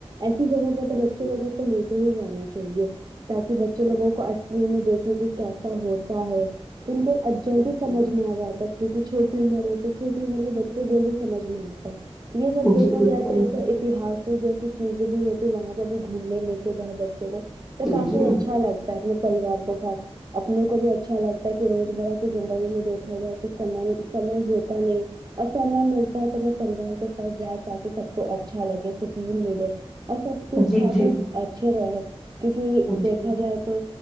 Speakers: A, on the right; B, in the centre.
A: ایسی جگہ پر تو بچے لوگوں کو لے کے ہی جانا چاہیے تاکہ بچے لوگوں کو اصلی میں دیکھے کہ کیسا ہوتا ہے ان کو اب جلدی سمجھ میں آ جاتا ہے کیونکہ چھوٹی عمر ہے تو چھوٹی عمر میں بچوں کو جلدی سمجھ میں آتا ہے یہ سب
B: جی
A: دیکھا جائے تو ایسے اس اہاسک جیسی چیزیں بھی ہوتی وہاں پہ بھی گھومنے لے کے جائے بس چلو تو کافی
B: جی جی
A: اچھا
B: بالکل جی
A: لگتا ہے اپنے پریوار کےساتھ اپنے کو بھی اچھا لگتا ہے کہ روز برہ زندگی میں دیکھنے جائے تو سم سمے جوہوتا نہیں اصل میں ملتا ہے تو پریوار کے ساتھ جائے تاکہ سب کو اچ اچھا لگے سکون ملے اور سب
B: جی
A: کافی
B: جی
A: اچھے رہے کیونکہ دیکھا
B: جی
A: جائے تو